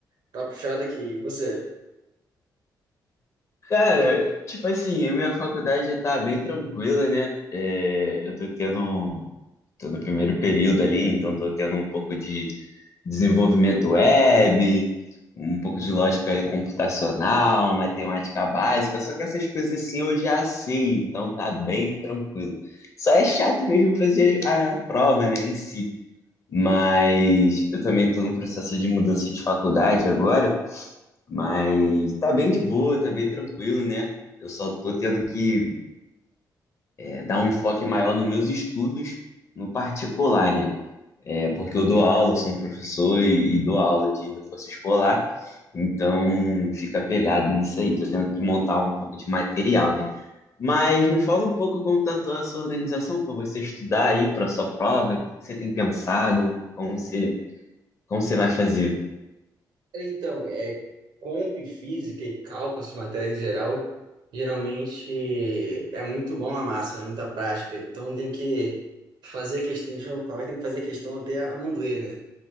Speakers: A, on the right; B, on the left.
A: tá puxado aqui. E você?
B: Cara, tipo assim, a minha faculdade tá bem tranquila, né? É, eu tô tendo, tô no primeiro período ali, então tô tendo um pouco de desenvolvimento web, um pouco de lógica computacional, matemática básica, só que essas coisas assim eu já sei, então tá bem tranquilo. Só é chato mesmo fazer a prova, né, em si. Mas eu também tô num processo de mudança de faculdade agora. Mas tá bem de boa, tá bem tranquilo, né? Eu só tô tendo que é, dar um enfoque maior nos meus estudos no particular, né? É, porque eu dou aula, eu sou um professor e, e dou aula de reforço escolar, então fica pegado nisso aí. Tô tendo que montar um pouco de material, né? Mas me fala um pouco como tá a tua- a sua organização para você estudar aí para sua prova, o que que você tem pensado, como você, como você vai fazer?
A: Então, é comp, física e cálculo, essas matérias em geral, geralmente é muito mão na massa, é muita prática. Então tem que fazer questão, deixa eu falar, tem que fazer questão até a mão doer, né?